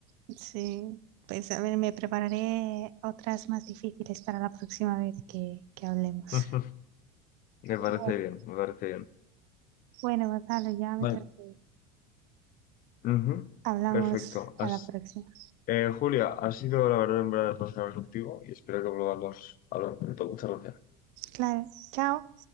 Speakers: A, on the right; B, on the left.
A: sí. Pues a ver, me prepararé otras más difíciles para la próxima vez que, que hablemos.
B: <laughs> Ujú. Me parece
A: Bueno,
B: bien, me parece bien.
A: bueno, Gonzalo, ya me
B: Vale.
A: tengo que ir.
B: Ujú,
A: Hablamos
B: Perfecto. Has-
A: a la próxima.
B: eh, Julia, ha sido la verdad en verdad placer hablar contigo y espero que volvamos a hablar pronto. Muchas gracias.
A: Claro, chao.